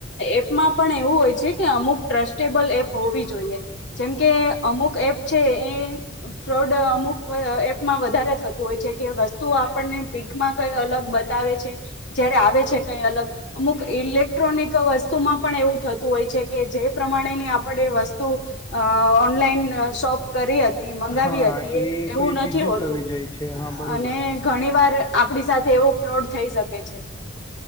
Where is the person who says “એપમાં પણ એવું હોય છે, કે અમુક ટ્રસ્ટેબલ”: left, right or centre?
Left